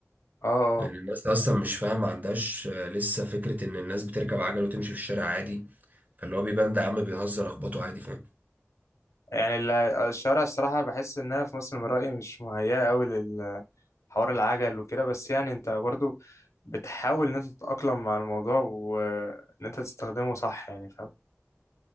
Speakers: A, on the left (about 90°); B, on the right (about 35°).
A: اه آه.
B: لأن الناس أصلا مش فاهمة ما عندهاش آه، لسه فكرة إن الناس بتركب عجل وتمشي في الشارع عادي فاللي هو بيبان ده عم بيهزر أخبطه عادي فاهم
A: يعني ال- الشوارع الصراحة بحس إنها في مصر من رأيي مش مهيئة أوي للحوار العجل وكده بس يعني أنت برضو بتحاول إن أنت تتأقلم مع الموضوع وإن أنت تستخدمه صح يعني فاهم